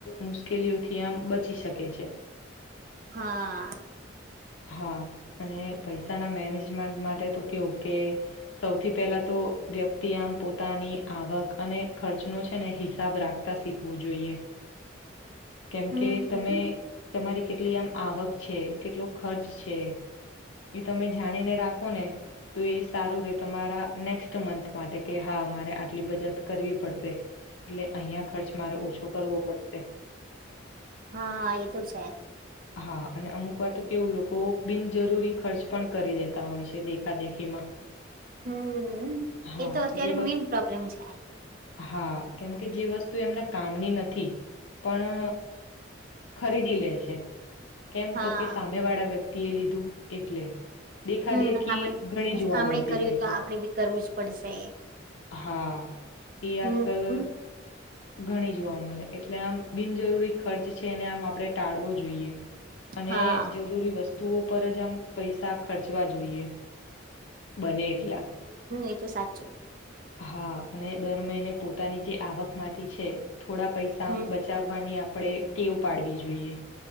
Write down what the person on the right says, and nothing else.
હા.
હમ
હા એ તો છે.
હમ્મ
એ તો અત્યારે
મેઈન પ્રોબ્લેમ છે.
હા
હમ
આપડે
આમણે
કર્યું
તો
આપડે બી કરવું જ પડશે
હમ
હા
હમ્મ એ તો સાચું.
હમ